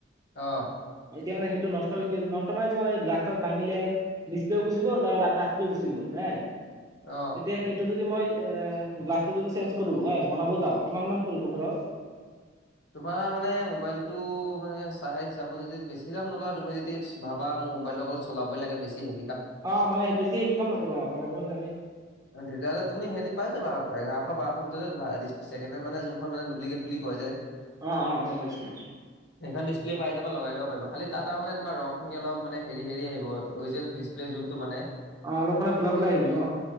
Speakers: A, on the left (about 65°); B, on the right (about 20°).
A: অ'।
B: এতিয়া মানে সেইটো নষ্ট, নষ্ট মানে তোমাৰ গ্লাছ চাছ ভাঙিলে। ডিছপ্লেও গুচি গ'ল, তাৰ তাচপ্লেও গুচি গ'ল হে'
A: অ
B: এতিয়া সেইটো যদি মই এ গ্লাছটো যদি চেঞ্জ কৰোঁ হে' বনাব যাওঁ কিমান মান পৰিব খৰচ?
A: তোমাৰ মানে মোবাইলটো মানে চাই হিচাপত যদি বেছি দাম নলয়, তুমি যদি ভাবা মোৰ মোবাইলটো অকল চলাবই লাগে বেছি হে
B: অ', মানে বেছি হেভি কাম নকৰোঁ অ', চলাবই লাগে।
A: তেতিয়াহ'লে তুমি হেৰি পাই যাবা, এঘাৰশ বাৰশৰ ভিতৰতে ধৰা ছেকেণ্ড হেণ্ড মানে যোনখন মানে দুবলিকেট বুলি কয় যে!
B: অ', অ', গম পাইছোঁ।
A: সেখন ডিছপ্লে পাই যাবা, লগাই ল'ব পাৰিবা। খালি তাত আৰু মানে তোমাৰ ৰংখিনি অলপ মান হেৰি, হেৰি আহিব অৰিজিনেল যোনটো মানে
B: অলপ, অলপ ক'লা, ক'লা আহিব ন?